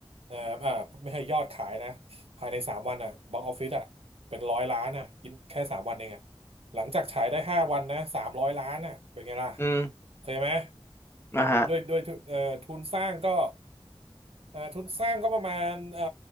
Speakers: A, on the right (about 75°); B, on the left (about 25°).
A: เอ่ออ่าไม่ให้ยอดขายนะภายในสามวันอ่ะบ็อกออฟฟิศอ่ะเป็นร้อยล้านอ่ะกินแค่สามวันเองอ่ะหลังจากฉายได้ห้าวันนะสามร้อยล้านอ่ะเป็นไงล่ะ
B: อืม
A: เคยไหม
B: นะฮะ
A: ด้วยด้วยทุนเอ่อทุนสร้างก็เอ่อทุนสร้างก็ประมาณเอ่อ